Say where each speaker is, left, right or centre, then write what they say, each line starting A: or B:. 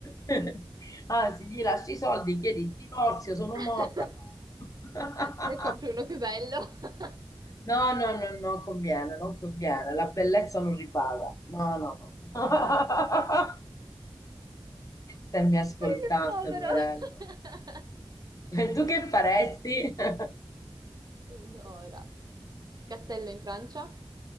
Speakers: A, on the left (about 35°); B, on the right (about 45°).
A: <laughs> Anzi, gli lascio i soldi, chiedi il divorzio, sono
B: <laughs>
A: morta. <laughs>
B: Te ne compri uno più bello. <laughs> Ma
A: No, no, no, non conviene, non conviene. La bellezza non ripaga. No, no, no. <laughs> Se mi ascoltasse,
B: che povero!
A: poverello.
B: <laughs>
A: E tu che faresti? <laughs>
B: Allora, Castello in Francia,